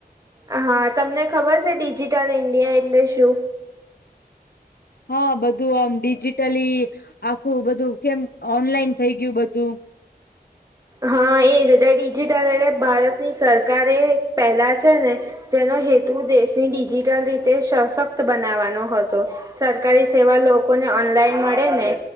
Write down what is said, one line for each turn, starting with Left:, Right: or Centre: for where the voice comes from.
Right: હા તમને ખબર છે ડિજિટલ ઇન્ડિયા એટલે શું
Left: હા બધું આમ ડીજિટલી આખું બધું કેમ ઓનલાઈન થઈ ગયું બધું
Right: હા એજ ડિજિટલ એટલે ભારતની સરકાર એ પહેલા છે ને જેનો હેતુ દેશની ડિજિટલ રીતે સશક્ત બનાવાનો હતો સરકારી સેવા લોકોને ઓનલાઈન મળે ને